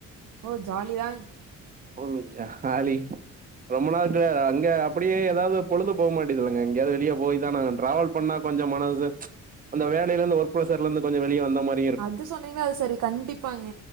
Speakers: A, on the right; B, on the right.
A: ஓ ஜாலிதாங்
B: ம் ஜாலி ரொம்ப நாள் கெடையாதாக் இங்க அப்டியே எதாவ்து பொழுது போமாட்டிதுல்லைங்க எங்கயாது வெளிய போய்தான ஆகணு ட்ராவல் பண்ணா கொஞ்சோ மனது அந்த வேலேல இருந்து ஒர்க் ப்ரஷர்ல இருந்து கொஞ்ச வெளிய வந்த மாரி
A: அது சொன்னீங்ன்னா அது செரி கண்டிப்பாங்க